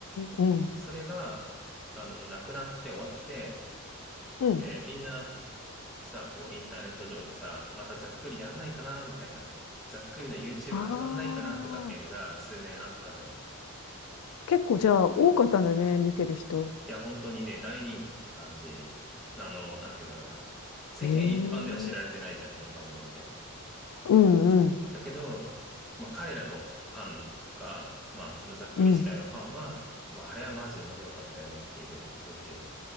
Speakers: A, on the left; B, in the centre.
A: うん。
B: それが、あの、なくなって終わって、
A: うん。
B: えーみんなさあ、こう、インターネット上でさ、またざっくりやんないかな、みたいな。ざっくりの YouTube
A: ああ。
B: 始まんないかな、とかっていうのが数年あったのよ。
A: 結構じゃあ多かったんだね、見てる人。
B: いや、本当にね、大人気って感じ。あの、なんて言うんだろうな。世間一般では知られてないじゃん、
A: ええ
B: この番組って。
A: うんうん。
B: そう。だけど、まあ、彼らのファンとか、まあ、そのざっくり自体のファンは、
A: うん。
B: まあ、あれはマジで面白かったよねっていうふうに言ってる。